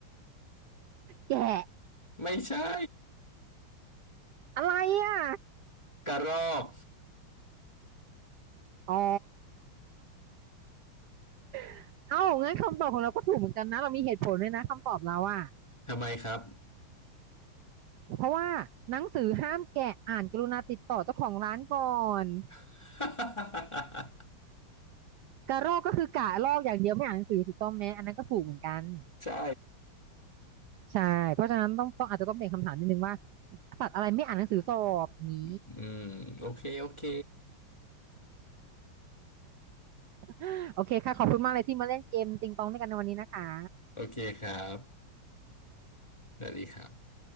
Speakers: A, on the right (about 80°); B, on the left (about 15°).
A: แกะ
B: ไม่ใช่
A: อะไรอ่ะ
B: กระรอก
A: อ๋อ <laughs> เอ้างั้นคำตอบของเราก็ถูกเหมือนกันนะเรามีเหตุผลด้วยนะคำตอบเราอ่ะ
B: ทำไมครับ
A: เพราะว่าหนังสือห้ามแกะอ่านกรุณาติดต่อเจ้าของร้านก่อน
B: <laughs>
A: กระรอกก็คือกะลอกอย่างเดียวไม่อ่านหนังสือถูกต้องไหมอันนั้นก็ถูกเหมือนกัน
B: ใช่
A: ใช่เพราะฉะนั้นต้องต้องอาจจะต้องเป็นคำถามนิดนึงว่าสัตว์อะไรไม่อ่านหนังสือสอบนี้
B: อืมโอเคโอเค
A: <laughs> โอเคค่ะขอบคุณมากเลยที่มาเล่นเกมติงตองด้วยกันในวันนี้นะคะ
B: โอเคครับสวัสดีครับ